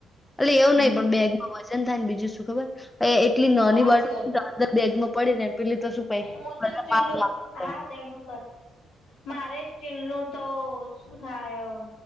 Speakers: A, on the left; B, on the left.
A: અલી એવું
B: હમ
A: નહિ પણ બેગમાં વજન થાય ને બીજું શું ખબર એટલી નોની
B: સાચી
A: બટ અંદર બેગમાં પડી ને પેલી તો શું પઈ
B: મુતો
A: બધા
B: સ્ટીલ
A: માગ માગ કરે
B: હા દેયણુ મારે અસ્ટીલનું તો શું થાય